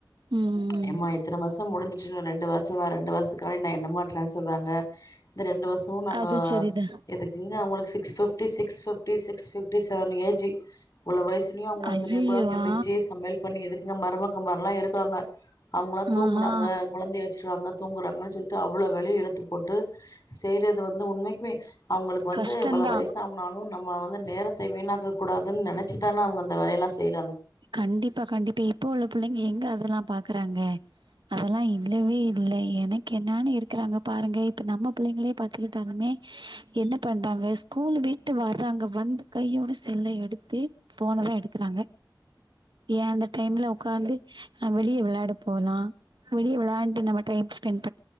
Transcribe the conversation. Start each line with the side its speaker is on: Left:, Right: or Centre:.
Right: ம் ம்
Left: எம்மா இத்தன வர்ஷொ முடிஞ்சுட்டு இன்னு ரெண்டு வர்ஷொ தா ரெண்டு வர்ஷ நா என்னமா ட்ரான்ஸ்வர் வாங்க இந்த ரெண்டு வருஷோ நாங்க
Right: அதுவு சரிதா
Left: இதுக்கிங்க உங்களுக்கு six fifty six fifty six fifty seven AG இவ்ளோ வயசுலையு அவுங்க
Right: ஐயையோ
Left: த்ரீ ஓ கிளாக் எந்திச்சு
Right: ஆ
Left: சமையல் பண்ணி எதுக்குங்க மருமக ந்த மாரில்லா இருக்காங்க அவுங்கலா தூங்குறாங்க
Right: ஆஹா
Left: கொழந்தைய வச்சிர்க்காங்க தூங்குறாங்கனு சொல்ட்டு அவ்ளோ வேலையு இழுத்து போட்டு செய்றது வந்து உண்மைக்குமே அவுங்குளுக்கு வந்து
Right: கஷ்டந்தா
Left: இவள வயசாவ்னாலோ நம்ம வந்து நேரத்தை வீணாக்க கூடாதுன் நென ஏன்னா அவுங்க அந்த வேலையலா செய்
Right: கண்டிப்பா கண்டிப்பா இப்போ உள்ள புள்ளைங்க எங்க அத ல்லா பாக்குறாங்க அதெல்லா இல்லவே இ இல்ல எனக் என்னானு இருக்குறாங்க பாருங்க இப்ப நம்ம பிள்ளைங்களே பாத்துக்கிட்டாலுமே என்ன பண்றாங்க ஸ்கூல் விட்டு வர்றாங்க வந்து கையோட செல்ல எடுத்து ஃபோனதா எடுக்குறாங்க ஏ அந்த டைம்ல உக்காந்து அ வெளிய வெளாட போலா வெளிய வெளான்ட்டு நம்ம டைம் ஸ்பெண்